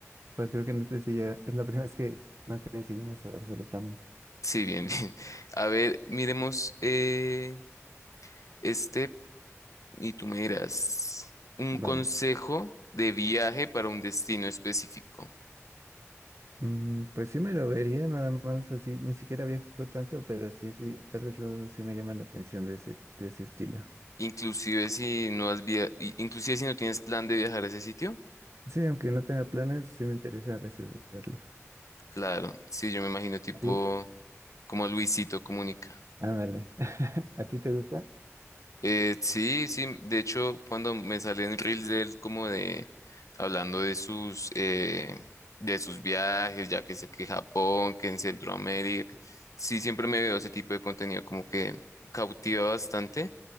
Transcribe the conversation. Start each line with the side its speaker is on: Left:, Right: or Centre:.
Right: Pues creo que en este sí ya es la primera vez que no coincidimos absolutamente.
Left: Sí, bien, <laughs> bien. A ver, miremos eh, este Y tú me dirás, un
Right: Vale.
Left: consejo de viaje para un destino específico.
Right: Mm, pues sí me lo vería nada más así, ni siquiera viajo tanto, pero sí, sí, tal vez luego sí me llama la atención de ese, de ese estilo.
Left: Inclusive si no has via- i- inclusive si no tienes plan de viajar a ese sitio,
Right: Sí, aunque no tenga planes, sí me interesa a veces verlo.
Left: claro, sí, yo me imagino tipo
Right: Sí,
Left: como Luisito Comunica.
Right: ándale. <laughs> ¿A ti te gusta?
Left: Eh, sí, sí, de hecho, cuando me salen reels de él como de hablando de sus eh, de sus viajes, ya que sé que Japón, que en Centroamérica, sí, siempre me veo ese tipo de contenido como que cautiva bastante.